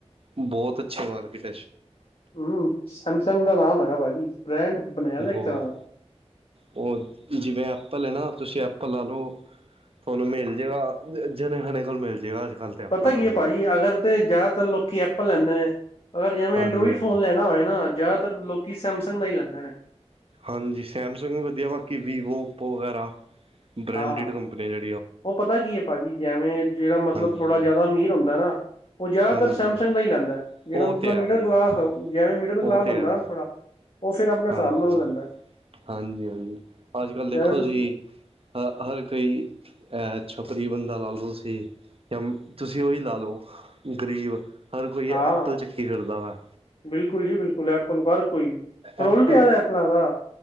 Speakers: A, on the right; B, on the left.
A: ਬਹੁਤ ਅੱਛੀ ਮਾਰਕੀਟ
B: ਹੂੰ ਸੈਮਸੰਗ ਦਾ ਨਾਮ ਹੈਗਾ ਭਾਜੀ ਬ੍ਰੈਂਡ ਬਣਿਆ ਦਾ
A: ਬਹੁਤ
B: ਇੱਕ ਤਰ੍ਹਾਂ ਦਾ
A: ਉਹ ਜਿਵੇਂ ਐਪਲ ਹੈ ਨਾ ਤੁਸੀਂ ਐਪਲ ਲੈ ਲਓ ਤੁਹਾਨੂੰ ਮਿਲ ਜਵੇਗਾ ਜਣੇ ਹਣੇ ਕੋਲ ਮਿਲ ਜਏ ਗਾ ਅੱਜ ਕੱਲ੍ਹ ਤਾਂ ਐਪਲ
B: ਪਤਾ ਕੀ
A: ਤੁਹਾਨੂੰ
B: ਹੈ ਭਾਜੀ ਅਗਰ ਤੇ ਜ਼ਿਆਦਾਤਰ ਲੋਕੀ ਐਪਲ ਲੈਂਦੇ ਨੇ ਅਗਰ ਜਿਵੇਂ
A: ਹਾਂਜੀ
B: ਐਂਡਰੋਇਡ
A: ਹਾਂਜੀ
B: ਫੋਨ ਲੈਣਾ ਹੋਵੇ ਨਾ ਜ਼ਿਆਦਾਤਰ ਲੋਕੀ ਸੈਮਸੰਗ ਦਾ ਹੀ ਲੈਂਦੇ ਨੇ
A: ਹਾਂਜੀ ਸੈਮਸੰਗ ਵੀ ਵਧੀਆ ਬਾਕੀ ਵੀਵੋ ਉਪੋ ਵਗੇਰਾ ਬਰਾਂਡਿਡ
B: ਹਾਂ
A: ਕੰਪਨੀ ਦੇ
B: ਉਹ ਪਤਾ ਕੀ ਹੈ ਭਾਜੀ ਜਿਵੇਂ ਜਿਹੜਾ ਮਤਲਬ
A: ਹਾਂਜੀ
B: ਥੋੜਾ ਜਿਆਦਾ ਅਮੀਰ ਹੁੰਦਾ ਨਾ ਉਹ ਜ਼ਿਆਦਾਤਰ
A: ਹਾਂਜੀ
B: ਸੈਮਸੰਗ ਦਾ ਹੀ ਲੈਂਦਾ ਏ ਜਿਹੜਾ
A: ਉਹ
B: ਮਤਲਬ
A: ਤੇ
B: ਮਿਡਲ
A: ਹੈ ਜੀ
B: ਕਲਾਸ ਜਵੇਂ ਮਿਡਲ ਕਲਾਸ
A: ਉਹ ਤੇ
B: ਹੁੰਦਾ
A: ਹੈ
B: ਨਾ ਥੋੜਾ ਉਹ ਫੇਿਰ ਆਪਣੇ ਹਿਸਾਬ
A: ਹਾਂਜੀ
B: ਨਾਲ ਲੈਂਦਾ
A: ਹਾਂਜੀ ਹਾਂਜੀ ਅੱਜ ਕੱਲ੍ਹ
B: <unintelligible>
A: ਦੇਖੋ ਤੁਸੀਂ ਹ ਹਰ ਕੋਈ ਅਹ <unintelligible> ਬੰਦਾ ਲਾ ਲਓ ਤੁਸੀ ਜਾਂ ਤੁਸੀਂ ਉਹੀ ਲਾ ਲਓ ਗਰੀਬ ਹਰ ਕੋਈ
B: ਹਾਂ
A: ਐਪਲ ਚੱਕੀ ਫੇਿਰਦਾ ਵਾ
B: ਬਿਲਕੁਲ ਜੀ ਬਿਲਕੁਲ ਐਪਲ ਹਰ ਕੋਈ ਰੋਲ
A: ਐਪਲ
B: ਪਿਆਦਾ ਐਪਲਾਂ ਦਾ